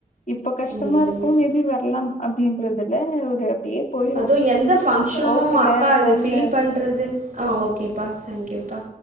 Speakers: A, on the left (about 55°); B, on the right (about 55°).
A: இப்ப கஷ்டமா
B: ம்
A: இருக்கு மேபி வரலா அப்டின்றதுல ஒரு அப்டியே போயிரு
B: அதோ எந்த ஃபங்க்ஷனு
A: ஓகே
B: அக்கா
A: வேற
B: இது
A: கால்ல
B: ஃபீல் பண் றது ஆ ஓகேப்பா தேங்க்யூப்பா